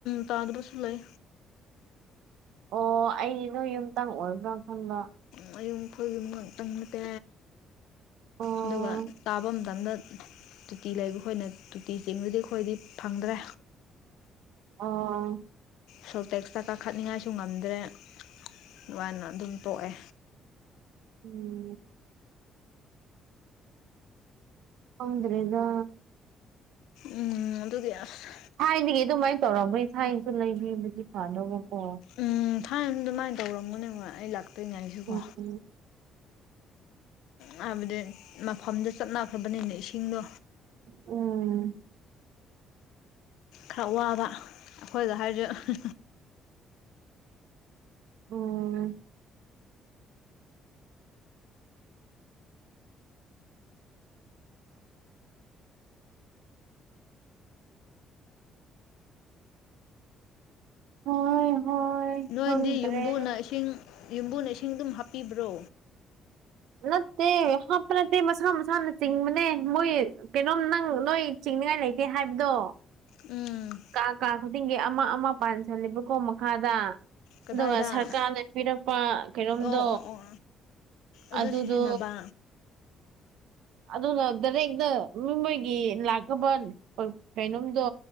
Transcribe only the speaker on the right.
ꯑꯣ ꯑꯩ ꯅꯣꯏ ꯌꯨꯝꯇꯪ ꯑꯣꯏꯕ꯭ꯔꯥ ꯈꯪꯕ꯭ꯔ
ꯑꯣ
ꯑꯣ
ꯎꯝ ꯈꯪꯗ꯭ꯔꯦꯗꯥ
ꯊꯥꯏꯅꯗꯒꯤ ꯑꯗꯨꯃꯥꯏꯅ ꯇꯧꯔꯝꯕꯣꯏ ꯊꯥꯏꯅꯁꯨ ꯂꯩꯕꯤꯕꯨꯗꯤ ꯐꯥꯗꯧꯕꯀꯣ
ꯎꯝ
ꯎꯝ
ꯑꯣ ꯍꯣꯏ ꯍꯣꯏ
ꯈꯪꯗ꯭ꯔꯦ
ꯅꯠꯇꯦ ꯍꯥꯞꯄ ꯅꯠꯇꯦ ꯃꯁꯥ ꯃꯁꯥꯅ ꯆꯤꯡꯕꯅꯦ ꯃꯣꯏ ꯀꯩꯅꯣꯝ ꯅꯪ ꯅꯣꯏ ꯆꯤꯡꯅꯤꯉꯥꯏ ꯂꯩꯇꯦ ꯍꯥꯏꯕꯗꯣ
ꯀꯥ ꯀꯥ ꯈꯨꯗꯤꯡꯒꯤ ꯑꯃ ꯑꯃ ꯄꯥꯟꯁꯜꯂꯦꯕꯀꯣ ꯃꯈꯥꯗ
ꯑꯗꯨꯒ ꯁꯔꯀꯥꯔꯅ ꯄꯤꯔꯛꯄ ꯀꯩꯅꯣꯝꯗꯣ
ꯑꯗꯨꯗꯣ
ꯑꯗꯨꯅ ꯗꯥꯏꯔꯦꯛꯇ ꯃꯤ ꯃꯣꯏꯒꯤ ꯂꯥꯛꯀꯕ ꯀꯩꯅꯣꯝꯗꯣ